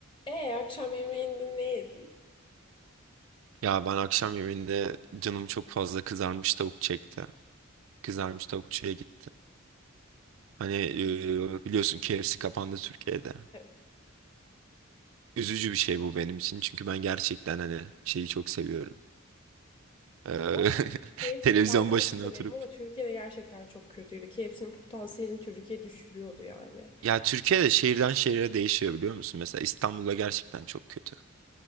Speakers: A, on the left (about 25°); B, on the right (about 70°).
A: E akşam yemeğinde ne yedin?
B: Ya ben akşam yemeğinde canım çok fazla kızarmış tavuk çekti. Kızarmış tavukçuya gitti. Hani e, biliyorsun KFC kapandı Türkiye'de.
A: Evet.
B: Üzücü bir şey bu benim için çünkü ben gerçekten hani şeyi çok seviyorum. Eee,
A: Bu arada
B: <laughs>
A: KFC
B: televizyon
A: ben çok
B: başına
A: severim
B: oturup.
A: ama Türkiye'de gerçekten çok kötüydü. KFC'nin potansiyelini Türkiye düşürüyordu yani.
B: Ya Türkiye'de şehirden şehire değişiyor biliyor musun? Mesela İstanbul'da gerçekten çok kötü.